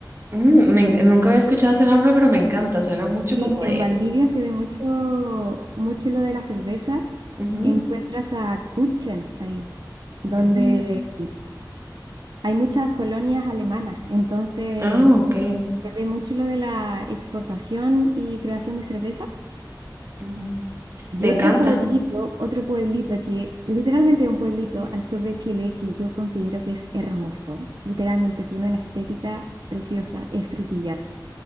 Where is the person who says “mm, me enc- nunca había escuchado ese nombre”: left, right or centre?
Right